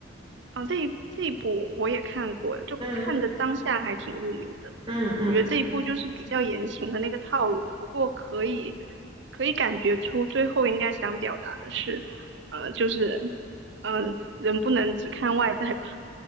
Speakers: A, on the right; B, on the right.
A: 啊，这一这一部我也看过，就看的当下还挺入迷的。
B: 嗯嗯嗯。
A: 我觉得这一部就是比较言情的那个套路，不过可以可以感觉出最后应该想表达的是，呃，就是嗯、人不能只看外在吧，